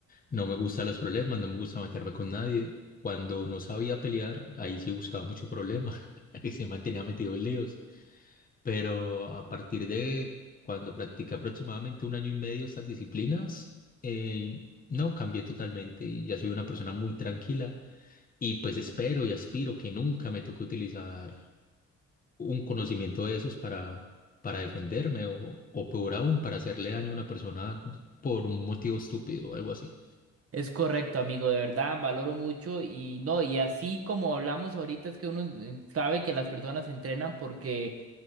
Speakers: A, on the left (about 30°); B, on the right (about 50°).
A: No me gustan los problemas, no me gusta meterme con nadie. Cuando no sabía pelear, ahí sí buscaba mucho problema. <laughs> y se mantenía metido en líos. Pero a partir de cuando practiqué aproximadamente un año y medio estas disciplinas, eh, no, cambié totalmente y ya soy una persona muy tranquila. Y pues espero y aspiro que nunca me toque utilizar un conocimiento de esos para, para defenderme o, o peor aún, para hacerle daño a una persona por un motivo estúpido o algo así.
B: Es correcto, amigo, de verdad, valoro mucho y no, y así como hablamos ahorita es que uno eh, sabe que las personas se entrenan porque